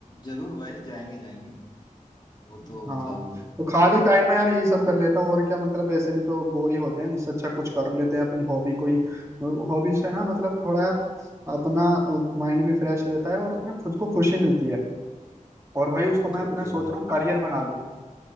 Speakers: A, on the left (about 30°); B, on the right (about 20°).
A: जरूर भाई जाएंगे जाएंगे वो
B: हाँ
A: तो मतलब
B: तो खाली टाइम में यार यही सब कर लेता हूँ और क्या मतलब ऐसे भी तो बोर ही होते हैं इससे अच्छा कुछ कर लेते हैं अपनी हॉबी कोई हॉबी से ना मतलब थोड़ा यार अपना माइंड भी फ्रेश रहता है और अपने खुद को खुशी मिलती है और भाई
A: हाँ
B: उसको
A: भाई
B: मैं
A: जरूर
B: अपना
A: जरूर
B: सोच
A: जरूर
B: रहा हूँ करियर बना लूँ